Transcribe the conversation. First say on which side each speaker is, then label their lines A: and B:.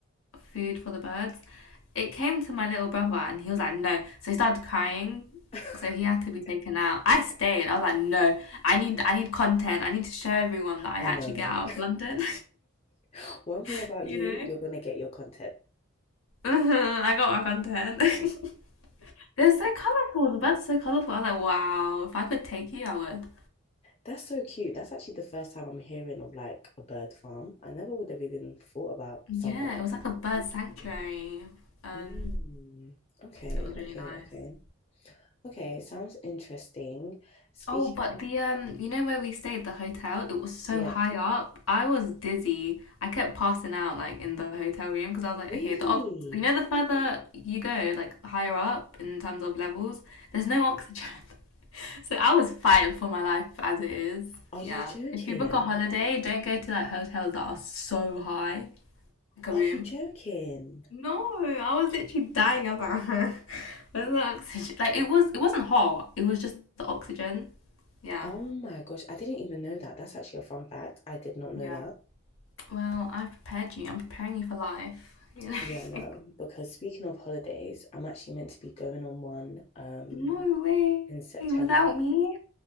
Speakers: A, on the left (about 75°); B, on the left (about 30°).
A: food for the birds. It came to my little brother and he was like, no. So he started crying.
B: <laughs>
A: So he had to be taken out. I stayed. I was like, no, I need, I need content. I need to show everyone that I
B: I
A: actually
B: know.
A: get out of London,
B: <laughs> One thing
A: <laughs>
B: about
A: you
B: you,
A: know?
B: you're gonna get your content.
A: Mhm, I got my content. <laughs> They're so colourful. The birds are so colourful. I was like, wow, if I could take you, I would.
B: That's so cute. That's actually the first time I'm hearing of like a bird farm. I never would have even thought about
A: Yeah,
B: something like
A: it was
B: that.
A: like a bird sanctuary. Um,
B: Mm. Okay,
A: it was really
B: okay,
A: nice.
B: okay. Okay, sounds interesting. Speaking
A: Oh, but
B: of,
A: the um, you know where we stayed, the hotel, it was so
B: yeah.
A: high up. I was dizzy. I kept passing out like in the hotel room because I was like,
B: Really?
A: okay, the ox you know the further you go, like higher up in terms of levels, there's no oxygen. <laughs> So I was fighting for my life as it is.
B: Are
A: Yeah.
B: you joking?
A: If you book a holiday, don't go to like hotels that are so high, like a
B: Are
A: room.
B: you joking?
A: No, I was literally dying. I was like, <laughs> where's the oxygen? Like it was, it wasn't hot. It was just the oxygen. Yeah.
B: Oh my gosh, I didn't even know that. That's actually a fun fact. I did not know
A: Yeah.
B: that.
A: Well, I prepared you. I'm preparing you for life. You know?
B: Yeah, no, because speaking of holidays, I'm actually meant to be going on one um
A: <laughs> no way.
B: in September.
A: Without me,